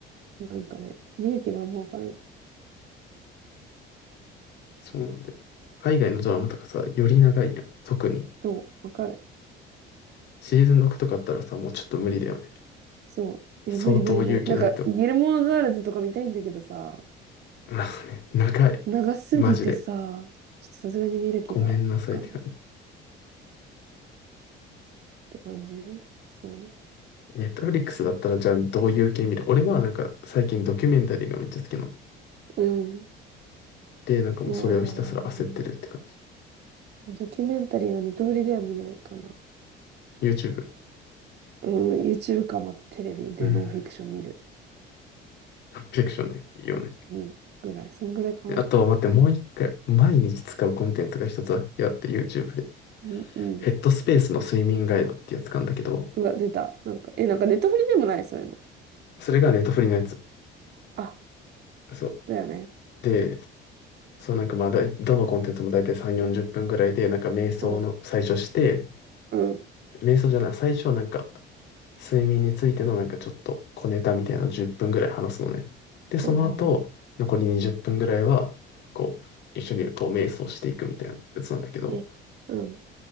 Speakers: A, on the right; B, on the left.
A: なんかね、見る気がもうわかない。
B: そうなんで。海外のドラマとかさ、より長いやん。特に。
A: そう、わかる。
B: シーズン6とかあったらさ、もうちょっと無理だよね。
A: そう。
B: 相当勇気ないと。
A: え、無理無理無理。なんか、ギルモアガールズとか見たいんだけどさ、
B: まあね、長い。
A: 長すぎてさ、
B: マジで。
A: ちょっとさすがに見る気がわかないっ
B: ごめんなさいって感じ。
A: て感じ。そ
B: ネットフリックスだったらじゃあどういう系見る俺はなんか最近ドキュメンタリーがめっちゃ好きなの。
A: う。うん。
B: で、なんかもうそれをひたすら焦ってるって感じ。
A: 見ないなぁ。ドキュメンタリーはネトフリでは見ないかな。
B: YouTube。
A: うん、YouTube か、まあ、テレビでノンフィクション見る。
B: うん。フィクションね。いいよね。
A: うん、ぐらい。そんぐらいかな。
B: あと待って、もう一回、毎日使うコンテンツが一つだけあって YouTube で。
A: うん、うん。
B: ヘッドスペースの睡眠ガイドってやつなんだけど、
A: うわ、出た。なんか、え、なんかネットフリでもない、そういうの。
B: それがネットフリのやつ。
A: あ、
B: そう。
A: だよね。
B: で、そう、なんかまあ、だい、どのコンテンツも大体3、40分ぐらいで、なんか瞑想の最初して、
A: うん、うん。
B: 瞑想じゃない、最初はなんか睡眠についてのなんかちょっと小ネタみたいなの10分ぐらい話すのね。で、その後、
A: はいはいは
B: 残り20分ぐらいは、こう、一緒にこう瞑想していくみたいなやつなんだけど、
A: い。え、うん。